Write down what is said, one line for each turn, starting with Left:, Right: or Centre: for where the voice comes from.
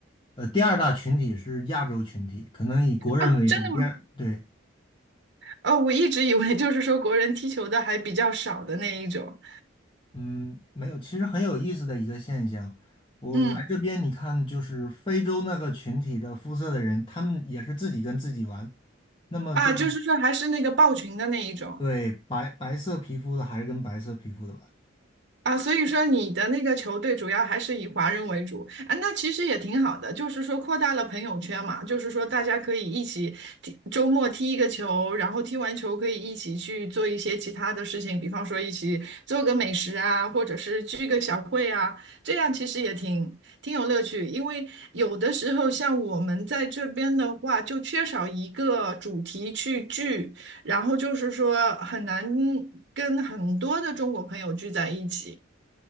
Left: 呃，第二大群体是亚洲群体，可能以国人为主。
Right: 啊，真的吗？
Left: 第二，对，
Right: 哦，我一直以为就是说国人踢球的还比较少的那一种。
Left: 嗯，没有，其实很有意思的一个现象。我来嗯这边，
Right: 嗯。
Left: 你看，就是非洲那个群体的肤色的人，他们也是自己跟自己玩。那么这个
Right: 啊，就是说还是那个抱群的那一种
Left: 对白白色皮肤的还是跟白色皮肤的玩。
Right: 啊，所以说你的那个球队主要还是以华人为主啊，那其实也挺好的，就是说扩大了朋友圈嘛，就是说大家可以一起踢，周末踢一个球，然后踢完球可以一起去做一些其他的事情，比方说一起做个美食啊，或者是聚个小会啊，这样其实也挺挺有乐趣，因为有的时候像我们在这边的话，就缺少一个主题去聚。然后就是说很难跟很多的中国朋友聚在一起。